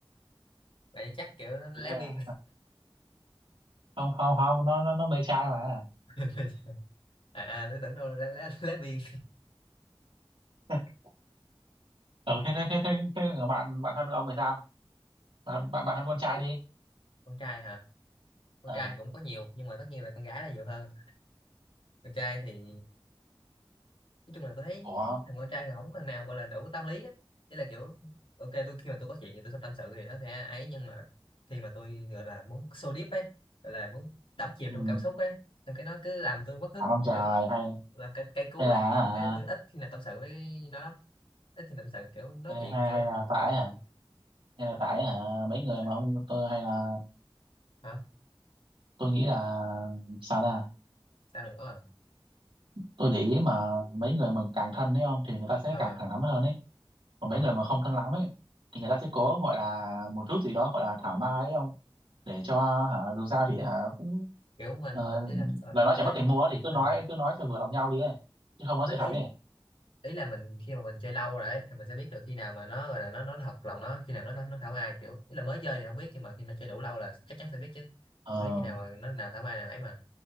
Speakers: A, on the left (about 70°); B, on the right (about 70°).
A: vậy chắc kiểu nó nó
B: Kiểu
A: lé
B: như là
A: biên
B: không không không nó nó, nó mê trai mà.
A: <laughs> à, à tôi tưởng đâu là lé, lé, lé biên
B: <laughs> Ừ thế thế thế thế, thế ở bạn bạn thân ông thì sao? Bạn bạn bạn thân con trai đi.
A: <laughs> con trai hả con
B: Ừ.
A: trai cũng có nhiều nhưng mà tất nhiên là con gái là nhiều hơn con trai thì nói chung là tôi thấy
B: Ủa.
A: thằng con trai thì không có thằng nào gọi là đủ tâm lý á Thế là kiểu ok tôi khi mà tôi có chuyện thì tôi sẽ tâm sự thì nó sẽ ấy nhưng mà khi mà tôi gọi là muốn so deep ấy gọi là muốn đắm chìm
B: Ừ.
A: trong cảm xúc ấy xong cái nó cứ làm tôi mất hứng
B: Phải không trời
A: kiểu
B: hay
A: làm cái cây cú
B: hay
A: ấy
B: là
A: xong cái tôi ít khi nào tâm sự với nó lắm ít khi nào tâm sự kiểu nói
B: hay
A: chuyện
B: hay
A: kiểu
B: hay là tại hả hay là tại hả mấy người
A: sao
B: mà ông tôi hay là
A: hả
B: tôi nghĩ là sao ta
A: sao nữa ờ
B: tôi để ý mà mấy người mà càng thân ấy ông thì người ta sẽ
A: ờ
B: càng thẳng thắn hơn ấy còn
A: ờ."
B: mấy người mà không thân lắm ấy thì người ta sẽ cố gọi là một chút gì đó gọi là thảo mai ấy ông để cho hả dù sao thì hả cũng
A: kiểu mình
B: ờ,
A: mình ý là ờ
B: lời nói chẳng
A: ý,
B: mất tiền mua ấy, thì cứ
A: ờ,
B: nói cứ nói cho vừa lòng nhau đi ấy chứ không có
A: mấy
B: sự thật
A: ý
B: ấy
A: ý là mình khi mà mình chơi lâu rồi ấy, thì mình sẽ biết được khi nào mà nó gọi là nó nó thật lòng nó khi nào nó nó thảo mai kiểu ý là mới chơi thì không biết nhưng mà khi nó chơi đủ lâu là chắc chắn sẽ biết chứ
B: ờ
A: biết khi nào mà nó nào thảo mai nào ấy mà